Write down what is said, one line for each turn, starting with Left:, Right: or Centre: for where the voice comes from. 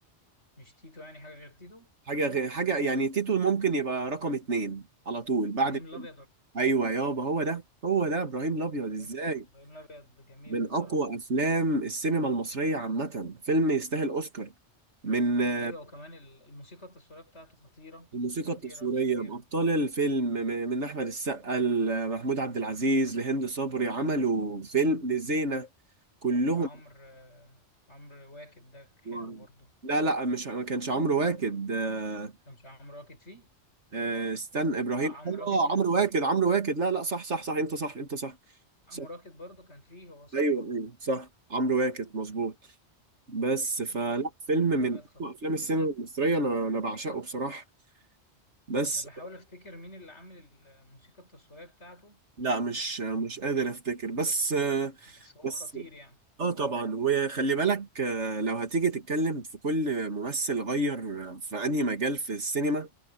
Left: مش تيتو يعني حاجه غير تيتو
Right: حاجة غير حاجة يعني تيتو ممكن يبقى رقم اتنين على طول بعد
Left: ابراهيم الابيض ولا-
Right: ايوه يابا هو ده هو ده ابراهيم الابيض ازاي
Left: ابراهيم إبراهيم الابيض جميل
Right: من
Left: بصراحه
Right: اقوى افلام السينما المصريه عامه فيلم يستاهل اوسكار من آه،
Left: ايوه وكمان ال- الموسيقى التصويريه بتاعته خطيره
Right: الموسيقى
Left: خطيره
Right: التصويريه
Left: خطيره
Right: بابطال الفيلم م- من احمد السقا لمحمود عبد العزيز لهند صبري عملوا فيلم لزينه كلهم
Left: وعمرو آه، عمرو واكد ده حلو
Right: و-
Left: برضو
Right: لا لا مش ما كانش عمرو واكد آه،
Left: كانش عمرو واكد فيه
Right: آه، استنى ابراهيم
Left: اه عمرو واكد
Right: اه
Left: كان
Right: عمرو
Left: في
Right: واكد
Left: تيتو
Right: عمرو واكد لا لا صح صح صح انت صح انت صح
Left: عمرو
Right: صح
Left: واكد برضو كان فيه هو صاحبه
Right: ايوه ايوه صح عمرو واكد مظبوط بس فلا
Left: ابراهيم
Right: فيلم
Left: الابيض
Right: من
Left: خطير
Right: أقوى افلام السينما
Left: آه.
Right: المصريه انا انا بعشقه بصراحه بس
Left: انا بحاول افتكر مين اللي عامل الموسيقى التصويريه بتاعته
Right: لا مش مش قادر افتكر بس
Left: بس هو
Right: بس
Left: خطير يعني
Right: اه طبعا وخلي بالك آه، لو هتيجي تتكلم في كل ممثل غير في انهي مجال في السينما